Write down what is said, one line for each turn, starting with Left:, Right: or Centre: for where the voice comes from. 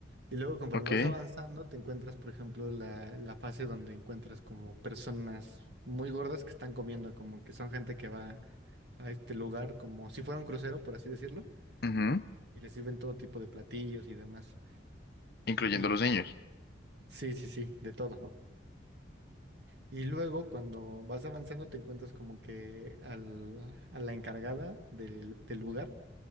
Right: Y luego, conforme
Left: Ok.
Right: vas avanzando, te encuentras, por ejemplo, la, la fase donde encuentras como personas muy gordas que están comiendo, como que son gente que va a este lugar como si fuera un crucero, por así decirlo,
Left: ujú,
Right: y les sirven todo tipo de platillos y demás.
Left: Incluyendo
Right: Y
Left: los niños.
Right: sí, sí, sí, de todo. Y luego cuando vas avanzando te encuentras como que al, a la encargada del, del lugar